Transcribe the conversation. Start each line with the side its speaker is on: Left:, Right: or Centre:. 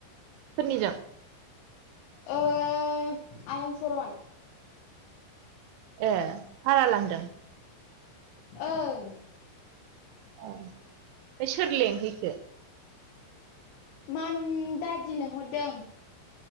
Right: सोरनिजों?
Left: ए आयं सरन।
Right: ए भारा लांदों?
Left: ओं
Right: अ फाय सोर लेंहैखो?
Left: मान दादि लिंहरदों।